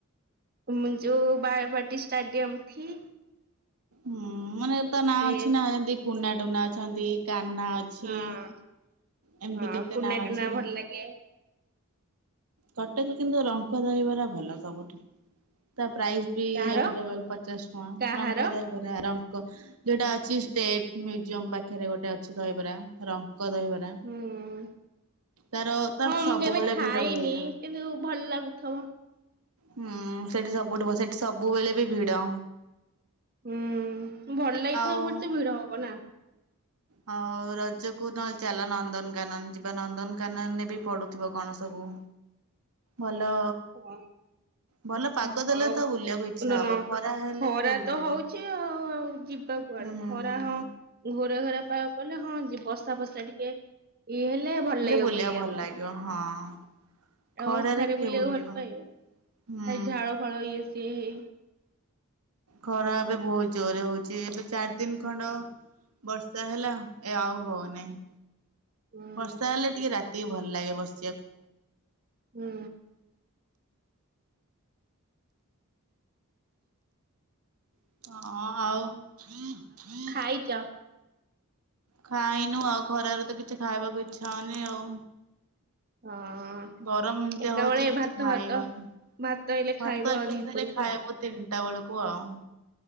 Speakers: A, on the right; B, on the right.
A: ମୁଁ ଯୋଉ ବାରବାଟୀ ଷ୍ଟାଡ଼ିିୟମଥି
B: ହୁଁ ମାନେ ତା ନାଁ
A: ସେ
B: ଅଛି ନା ଏମିତି କୁନା ଟୁନା ଅଛନ୍ତି କାହ୍ନା ଅଛି।
A: ହଁ
B: ଏମିତି
A: ହଁ
B: କେତେ
A: କୁନା
B: ନାଁ ଅଛି
A: ଟୁନା ଭଲ ଲାଗେ।
B: କଟକରେ କିନ୍ତୁ ରଙ୍ଗ ଦହିବରା ଭଲ ସବୁଠୁ ତା ପ୍ରାଇସ୍ ବି
A: କାହାର
B: ଆପଟେକୁ ପଚାଶ ଟଙ୍କା
A: କାହାର
B: ରଙ୍କ ଦହିବରା ରଙ୍କ ଯୋଉଟା ଅଛି ଷ୍ଟେଟ ମ୍ୟୁଜିୟମ ପାଖରେ ଗୋଟେ ଅଛି ଦହିବରା, ରଙ୍କ ଦହିବରା।
A: ହୁଁ
B: ତା ତାର
A: ହଁ
B: ସବୁବେଳେ
A: ମୁଁ କେବେ ଖାଇନି
B: ଭିଡ ହୁଏ।
A: କିନ୍ତୁ ଭଲ ଲାଗୁଥିବ।
B: ହୁଁ ସେଠି ସବୁଠି ଭଲ ସେଠି ସବୁବେଳେ ବି ଭିଡ।
A: ହୁଁ ଭଲ ଲାଗିଥିବ
B: ଆଉ
A: ମତେ ଭିଡ ହବ ନା।
B: ହଉ ରଜକୁୁ ନଲେ ଚାଲ ନନ୍ଦନକାନନ ଯିବା, ନନ୍ଦନକାନନରେ ବି ପଡୁଥିବ କଣ ସବୁ? ଭଲ।
A: ୱଁ।
B: ଭଲ ପାଗ
A: ଓ
B: ଦେଲେ
A: ହଉ
B: ତ ବୁଲିବାକୁ ଇଚ୍ଛା ହବ ଖରା ହେଲେ
A: ଖରା
B: କିଏ ବୁଲିବ।
A: ତ ହଉଛି ଆଉ ଆଉ ଯିବ ତ କୁଆଡେ
B: ହୁଁ
A: ଖରା
B: ହୁଁ
A: ହଁ ଘୋରା ଘରା ପାଗ କଲେ ହଁ ଯିବ ବର୍ଷା ଫର୍ଷା ଟିକେ ଇ ହେଲେ ଭଲ ଲାଗିବ
B: ବୁଲିବାକୁ
A: ବୁଲିବା
B: ଭଲ
A: ପାଇଁ
B: ଲାଗିବ ହଁ। ଖରାରେ
A: ଅଁ ଖରେ
B: କିଏ
A: ବୁଲିବାକୁ
B: ବୁଲିବ
A: ଭଲ ପାଇବ
B: ହୁଁ।
A: ଏଇ ଝାଳ ଫାଳ ଇଏ ସିଏ ହେଇ
B: ଖରା ଏବେ ବହୁତ ଜୋରରେ ହଉଛି ଏବେ ଚାରି ଦିନ ଖଣ୍ଡ ବର୍ଷା ହେଲା ଏ ଆଉ ହଉନାହିଁ।
A: ହୁଁ
B: ବର୍ଷା ହେଲେ ଟିକେ ରାତି କି ଭଲ ଲାଗେ ବସିବାକୁ।
A: ହୁଁ।
B: ହଁ ଆଉ।
A: ଖାଇଚ।
B: ଖାଇନୁ ଆଉ ଖରାରେ ତ କିଛି ଖାଇବାକୁ ଇଚ୍ଛା ହଉନି ଆଉ।
A: ହଁ ହଁ।
B: ଗରମ ଏମିତିଆ
A: ଏକାବେଳେ
B: ହଉଛି କିଛି
A: ଭାତ
B: ଖାଇଉନି
A: ଭାତ ଭାତ ହେଲେ
B: ଭାତ
A: ଖାଇବ
B: ଏକାଥରେ
A: ଆଉ ଦିପହରକୁ
B: ଖାଇବୁ
A: ଆଉ
B: ତିନିଟା ବେଳକୁ ଆଉ